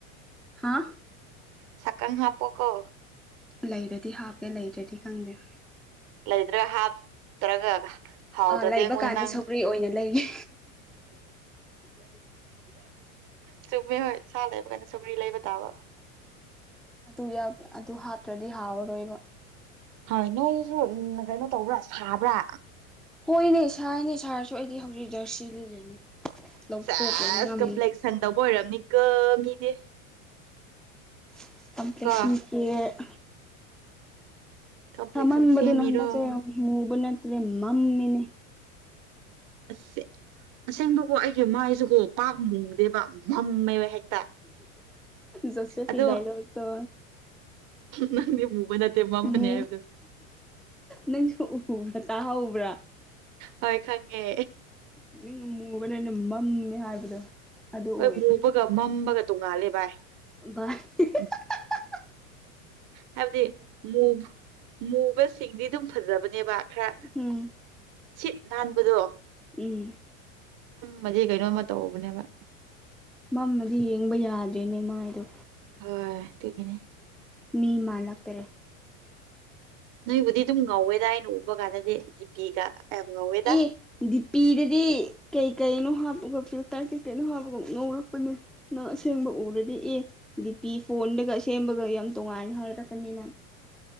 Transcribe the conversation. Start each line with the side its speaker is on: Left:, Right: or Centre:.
Centre: ꯍꯥ
Right: ꯁꯀꯪ ꯍꯥꯥ ꯄꯣꯀꯣ
Centre: ꯂꯩꯔꯗꯤ ꯍꯥꯞꯄꯦ ꯂꯩꯗ꯭ꯔꯗꯤ ꯈꯪꯗꯦ
Right: ꯂꯩꯗ꯭ꯔꯒ ꯍꯥꯞꯇ꯭ꯔꯒ ꯍꯥꯎꯗꯗꯔ꯭ꯤ
Centre: ꯑꯥ ꯂꯩꯕ
Right: ꯉꯣꯏ
Centre: ꯀꯥꯟꯗ
Right: ꯅꯪ
Centre: ꯁꯧꯒ꯭ꯔꯤ ꯑꯣꯏꯅ ꯂꯩꯒꯦ
Right: ꯆꯨꯝꯃꯦ ꯍꯣꯏ ꯁꯥ ꯂꯩꯕ ꯀꯥꯏꯅ ꯁꯧꯒꯔ꯭ꯤ ꯂꯩꯕ ꯇꯥꯕ
Centre: ꯑꯗꯨ ꯌꯥꯎ ꯑꯗꯨ ꯍꯥꯞꯇ꯭ꯔꯗꯤ ꯍꯥꯥꯎꯔꯔꯣꯏꯕ
Right: ꯍꯣꯏ ꯅꯣꯏꯁꯨ ꯎ ꯀꯩꯅꯣ ꯇꯧꯕ꯭ꯔꯥ ꯁꯥꯕ꯭ꯔ
Centre: ꯍꯣꯏꯅꯦ ꯁꯥꯥꯏꯅꯦ ꯁꯥꯔꯁꯨ ꯑꯩꯗꯤ ꯍꯧꯖꯤꯛ ꯖꯔꯁꯤ ꯂꯤꯠꯂꯤꯅꯤ ꯂꯧꯊꯣꯛꯄꯗꯤ
Right: ꯁꯦꯁ
Centre: ꯉꯝꯃꯤ
Right: ꯀꯝꯄ꯭ꯂꯦꯛꯁꯟ ꯇꯧꯕ ꯑꯣꯏꯔꯝꯅꯤꯀꯣ ꯃꯤꯗꯤ
Centre: <unintelligible>
Right: ꯀꯣ ꯀꯝꯄ꯭ꯂꯦꯛꯁꯟ
Centre: ꯁꯥꯃꯟꯕꯗꯨꯅ
Right: ꯁꯦꯝꯃꯤꯔꯣ
Centre: ꯍꯟꯗꯛꯁꯦ ꯃꯨꯕ ꯅꯠꯇ꯭ꯔꯦ ꯃꯝꯃꯦꯅꯦ
Right: ꯑꯁꯦ ꯑꯁꯦꯡꯕꯀꯣ ꯑꯩꯒꯤ ꯃꯥꯏꯁꯨꯀꯣ ꯄꯥꯛ ꯃꯨꯗꯦꯕ ꯃꯝꯃꯦꯕ ꯍꯦꯛꯇ
Centre: ꯖꯣꯁꯦꯞꯀꯤ
Right: ꯑꯗꯣ
Centre: ꯗꯥꯥꯏꯂꯣꯛꯇꯣ
Right: ꯅꯪꯗꯤ ꯃꯨꯕ ꯅꯠꯇꯦ ꯃꯝꯕꯅꯦ
Centre: ꯃꯨ
Right: ꯍꯥꯌꯕꯗꯨ
Centre: ꯅꯪꯁꯨ ꯎꯕ꯭ꯔ
Right: ꯍꯣꯏ ꯈꯪꯉꯦ
Centre: ꯅꯪ ꯃꯨꯕꯅ ꯅꯪ ꯃꯝꯃꯦ ꯍꯥꯏꯕꯗꯣ ꯑꯗꯨ ꯑꯣꯏꯔꯦ
Right: ꯍꯣꯏ ꯃꯨꯕꯒ ꯃꯝꯕꯒ ꯇꯣꯡꯉꯥꯜꯂꯦ ꯚꯥꯏ
Centre: <inaudible>
Right: ꯎꯝ ꯍꯥꯏꯕꯗꯤ ꯃꯨ ꯃꯨꯕꯁꯤꯡꯗꯤ ꯑꯗꯨꯝ ꯐꯖꯕꯅꯦꯕ ꯈꯔ
Centre: ꯎꯝ
Right: ꯁꯤꯠ ꯅꯥꯟꯕꯗꯣ
Centre: ꯎꯝ
Right: ꯃꯗꯤ ꯀꯩꯅꯣꯝꯃ ꯇꯧꯕꯅꯦꯕ
Centre: ꯃꯝꯃꯗꯤ ꯌꯦꯡꯕ ꯌꯥꯗ꯭ꯔꯦꯅꯦ ꯃꯥꯏꯗꯣ
Right: ꯍꯣꯢ ꯇꯨꯒꯤꯅꯤ
Centre: ꯃꯤ ꯃꯥꯜꯂꯛꯇꯔꯦ
Right: ꯅꯣꯏꯕꯨꯗꯤ ꯑꯗꯨꯝ ꯉꯧꯋꯦꯗ ꯑꯩꯅ ꯎꯕ ꯀꯥꯟꯗꯗꯤ ꯗꯤꯄꯤꯒ ꯌꯥꯝ ꯉꯧꯋꯦꯗ
Centre: ꯑꯦ ꯗꯤ ꯄꯤꯗꯗꯤ ꯀꯩ ꯀꯩꯅꯣ ꯍꯥꯞꯄꯒ ꯐ꯭ꯂꯤꯇꯔ ꯀꯩꯀꯩꯅꯣ ꯍꯥꯞꯄꯒ ꯅꯧꯔꯛꯄꯅꯦ ꯅꯪ ꯑꯁꯦꯡꯕ ꯎꯔꯗꯤ ꯑꯦ ꯗꯤ ꯄꯤ ꯐꯣꯟꯗꯒ ꯁꯦꯝꯕꯒ ꯌꯥꯝ ꯇꯣꯡꯉꯥꯟꯅ ꯍꯥꯏꯔꯛꯀꯅꯤ ꯅꯪ